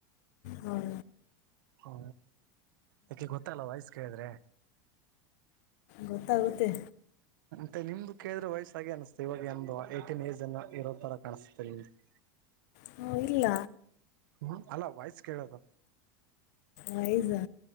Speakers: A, on the left; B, on the right.
A: ಹಾಂ
B: ಹು ಯಾಕೆ ಗೊತ್ತಲ್ಲ ವಯಸ್ ಕೇಳಿದ್ರೆ
A: ಗೊತ್ತಾಗುತ್ತೆ
B: ಮತ್ತೆ ನಿಮ್ದು ಕೇಳಿದ್ರ ವಾಯ್ಸ್ ಆಗೆ ಅನಿಸ್ತಿದೆ ಇವಾಗ ಒ ಏಟಿನ್ ಏಜ್ ಅನ್ನ ಇರೋ ತರ ಕಾಣಿಸತೆ ನಿಮ್ದು <inaudible>
A: ಹ್ಞೂ ಇಲ್ಲ
B: ಹ್ಮ ಅಲ್ಲ ವಯ್ಸ್ ಕೇಳದು
A: ವಯ್ಸಾ